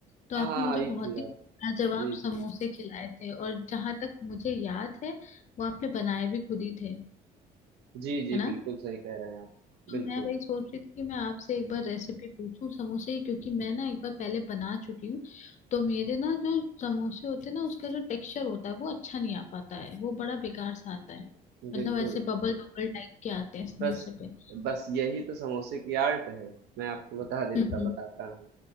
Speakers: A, on the left; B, on the right.
A: तो
B: हाँ
A: आपने
B: हाँ
A: मुझे
B: आई
A: बहुत
B: थी
A: ही
B: आप
A: लाजवाब
B: जी जी
A: समोसे खिलाए थे और जहां तक मुझे याद है वो आपने बनाए भी खुद ही थे
B: जी जी
A: है ना
B: बिल्कुल सही कह रहे हैं आप
A: तो
B: बिल्कुल
A: मैं वही सोच रही थी कि मैं आपसे एक बार रेसिपी पूछूं समोसे की क्योंकि मैं ना एक बार पहले बना चुकी हूँ तो मेरे ना जो समोसे होते हैं ना उसका जो टेक्सचर होता है वो अच्छा नहीं आ पाता है वो बड़ा बेकार सा आता है मतलब
B: बिल्कुल
A: ऐसे बबल बबल टाइप के आते हैं समोसे
B: बस
A: पे
B: बस यही तो समोसे की आर्ट है मैं आपको बता देता
A: तो हम्म
B: बताता हूँ